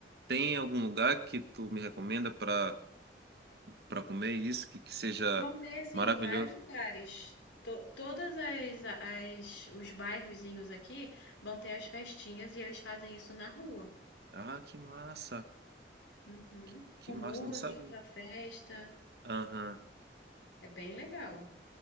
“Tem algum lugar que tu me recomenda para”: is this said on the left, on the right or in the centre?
Right